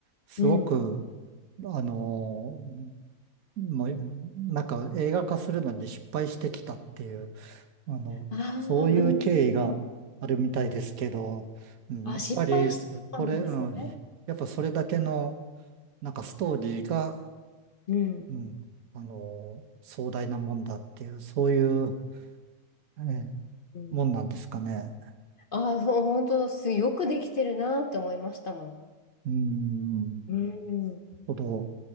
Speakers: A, on the right; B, on the left.
A: すごく、
B: うんうん
A: あのーもう、なんか映画化するのに失敗してきたっていう、あの、
B: ああーうんうんうん
A: そういう経緯があるみたいですけど、うん、
B: あ失敗してたんですね
A: やっぱり、それ、うん、やっぱそれだけの、なんかストーリーが、
B: うん
A: うん、あのー壮大なもんだっていう、そういう、えー
B: うん
A: もんなんですかね。
B: ああーそう本当すよくできてるなって思いましたもん
A: うーん、
B: うん
A: ほど。